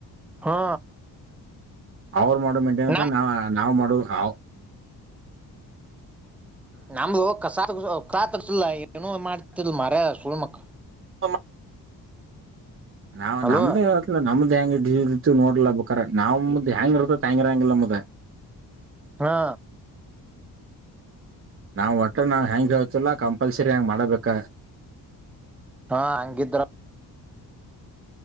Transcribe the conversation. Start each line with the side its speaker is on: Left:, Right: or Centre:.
Centre: ಹಾ
Right: ಅವರು ಮಾಡು ಮೆಂಟೇನ್ಕ
Centre: ನಮ್
Right: ನ ನಾವ್ ಮಾಡು ಅ
Centre: ನಾ ಕಸಾಯ ಕಾ ತರ್ಿಲ್ಲ ಏನು ಮಾಡ್ ತ್ತ ಮಾರ ಸುಣ ಮ
Right: ಸಮ ನಾವ್
Centre: ಹಲೋ
Right: ನಮ್ದೇ ನಮ್ದ್ ಅಂಗಡಿ ಇತ್ತು ನೋಡ್ಲ ಬೇಕಾರ ನಾವವು ಮ್ದ ಹೆಂಗ್ ಇರ್ತ ಹಂಗ ಇರಂಗಿಲ್ಲ ಮ್ದ
Centre: ಹಾ
Right: ನಾವ್ ಒಟ್ರ ನಾವ್ ಹೆ್ಯಾಂಗಗೆ ಹೇತಿಲ್ಲಾ ಕಂಪಲ್ಸರಿ ಹೆ್ಯಾಂಗ್ ಮಾಡಬೇಕ
Centre: ಹಾ ಅಂಗಧ್ರ